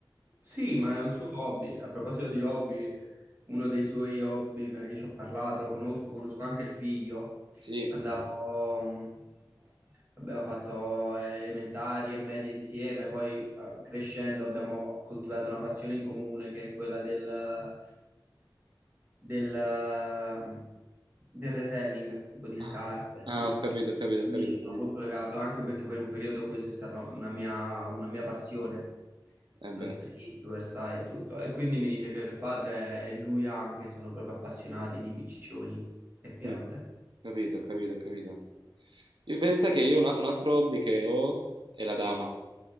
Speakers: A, on the right (about 25°); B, on the right (about 75°).
A: Sì, ma è un suo hobby. A proposito di hobby, uno dei suoi hobby, me- io ci ho parlato, lo conosco, conosco anche il figlio.
B: Sì.
A: Andavo, mh, abbiamo fatto elementari e medie insieme, poi eh, crescendo abbiamo coltivato una passione in comune che è quella del, del, mm, del reselling, tipo di scarpe
B: Ah,
A: e
B: ah,
A: tutto.
B: ho capito, ho capito,
A: Quindi
B: ho capito,
A: ci
B: ho
A: sono
B: capito.
A: molto legato, anche perché per un periodo questa è stata una mia, una mia passione,
B: Eh
A: lo
B: beh,
A: streetwear, sai, e tutto. E quindi mi dice che il padre e lui anche sono proprio appassionati di piccioni e piante.
B: mm, capito, ho capito, ho capito. Io penso che io una- un altro hobby che ho è la dama.